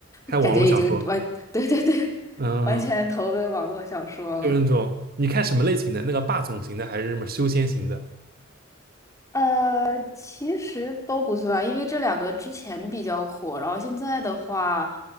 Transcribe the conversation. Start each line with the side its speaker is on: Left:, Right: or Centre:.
Right: 看网络小说，
Left: <laughs> 感觉已经完，<laughs> 对对对，
Right: 嗯，
Left: 完全投奔网络小说了。
Right: 就是那种你看什么类型的？那个霸总型的还是什么修仙型的？
Left: 呃，其实都不算，因为这两个之前比较火，然后现在的话，